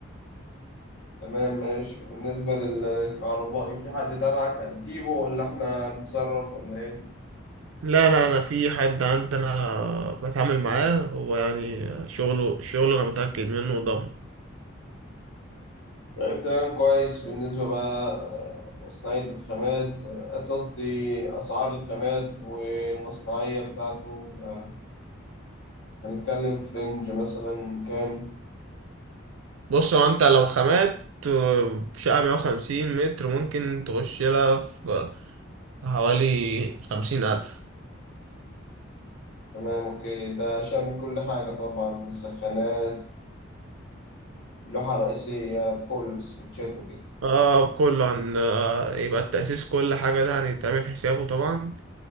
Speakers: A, on the left; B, on the right.
A: تمام ماشي وبالنسبة لل- للكهربائي في حد تبعك هتجيبه ولا إحنا هنتصرف ولا إيه؟
B: لا لا انا في حد عندنا بتعامل معاه هو يعني شغله شغله انا متأكد منه وضامن
A: طيب تمام كويس بالنسبة بقى آه، مصنعية الخامات آه، قصدي أسعار الخامات والمصنعية بتاعته آه، هنتكلم في رينج مثلا كام؟
B: بص هو انت لو خامات في شقة 150 متر ممكن تخش لها في حوالي 50000
A: تمام اوكي ده شامل كل حاجة طبعا السخانات اللوحة الرئيسية بكل السويتشات وكده
B: اه كله عن آه، يبقى التأسيس كل حاجة ده هنتعمل حسابه طبعا